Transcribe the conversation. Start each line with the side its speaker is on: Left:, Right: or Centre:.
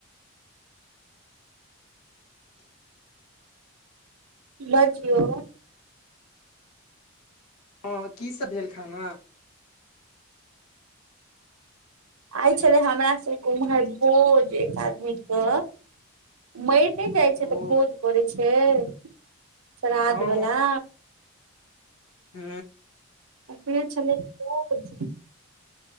Left: ह <inaudible>
Right: बजियौ
Left: हँ की सब भेल खाना
Right: आइ छले हमरा सबके उम्हर भोज एक आदमी के मरि नहि जाइ
Left: ओ
Right: छै तऽ भोज करै छै श्राधवला
Left: हँ हू
Right: तकरे छलै भोज